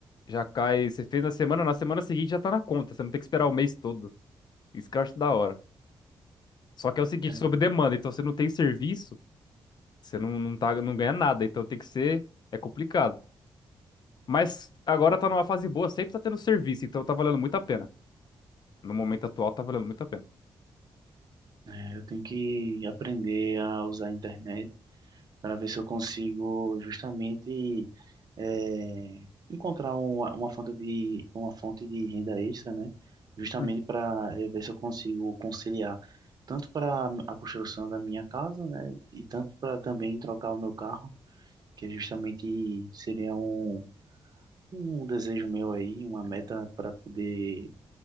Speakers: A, on the left (about 50°); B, on the right (about 45°).
A: já cai. Você fez na semana, na semana seguinte já tá na conta. Você não tem que esperar o mês todo. Isso que eu acho da hora. Só que é o seguinte,
B: é,
A: sob demanda. Então você não tem serviço. Você não, não, tá, não ganha nada, então tem que ser. É complicado. Mas agora tá numa fase boa, sempre tá tendo serviço, então tá valendo muito a pena. No momento atual tá valendo muito a pena.
B: é, eu tenho que aprender a usar a internet para ver se eu consigo justamente é, encontrar uma, uma fonte de uma fonte de renda extra, né? Justamente
A: Hum.
B: para eh, ver se eu consigo conciliar tanto para a construção da minha casa, né? E tanto para também trocar o meu carro, que é justamente seria um, um desejo meu aí, uma meta para poder